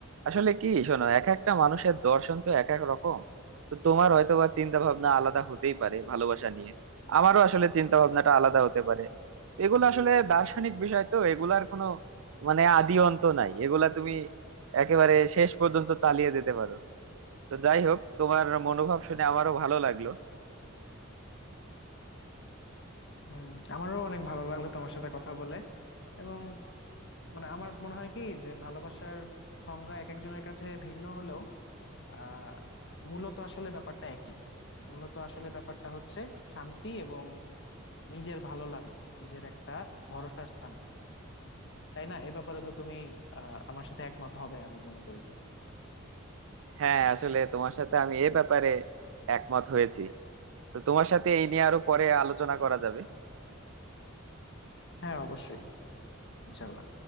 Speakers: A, on the right; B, on the left.
A: আসলে কি শোনো এক একটা মানুষের দর্শন তো এক এক রকম তো তোমার হয়তো বা চিন্তা ভাবনা আলাদা হতেই পারে ভালোবাসা নিয়ে আমারও আসলে চিন্তা ভাবনাটা আলাদা হতে পারে এগুলো আসলে দার্শনিক বিষয় তো এগুলার কোনো মানে আদি অন্ত নাই এগুলা তুমি একেবারে শেষ পর্যন্ত চালিয়ে যেতে পারো তো যাই হোক তোমার মনোভাব শুনে আমারও ভালো লাগলো
B: হম আমারও অনেক ভালো লাগলো তোমার সাথে কথা বলে এবং মানে আমার মনে হয় কি যে ভালোবাসার সংজ্ঞা এক একজনের কাছে ভিন্ন হলেও আহ মূলত আসলে ব্যাপারটা একই মূলত আসলে ব্যাপারটা হচ্ছে শান্তি এবং নিজের ভালো লাগা নিজের একটা ভরসার স্থান তাই না এ ব্যাপারে তো তুমি আহ আমার সাথে একমত হবে আমি মনে করি
A: হ্যাঁ আসলে তোমার সাথে আমি এ ব্যাপারে একমত হয়েছি তো তোমার সাথে এই নিয়ে আরো পরে আলোচনা করা যাবে
B: হ্যাঁ অবশ্যই ইনশাল্লাহ